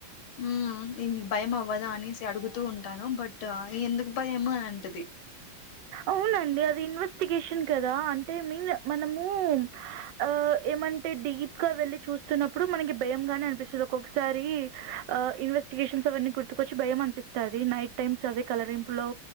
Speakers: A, on the left; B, on the right.
A: హమ్ దిన్ భయం అవ్వదా అనేసి అడుగుతూ ఉంటాను బట్ ఎందుకు భయం అని అంటది
B: అవునండి అది ఇన్వెస్టిగేషన్ కదా అంటే మీన్ మనము ఆ ఏమంటే డీప్గా వెళ్ళి చూస్తున్నప్పుడు మనకి భయం గానే అనిపిస్తది ఒక్కొక్కసారి ఆ ఇన్వెస్టిగేషన్ సభన్ కోటు కొచ్చి భయం అనిపిస్తుంది నైట్ టైమ్స్ అవి కలరింపు లో